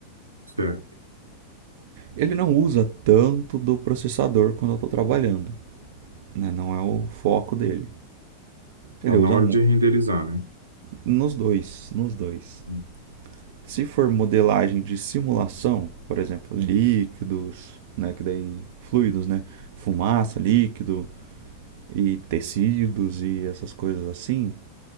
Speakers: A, on the right (about 75°); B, on the right (about 50°).
A: Certo.
B: Ele não usa tanto do processador quando eu estou trabalhando, né? Não é o foco dele. Ele
A: Então,
B: usa
A: na hora de renderizar, né?
B: nos dois, nos dois.
A: Hum,
B: Se for modelagem de simulação, por exemplo, líquidos, né, que daí fluidos, né, fumaça, líquido e tecidos e essas coisas assim,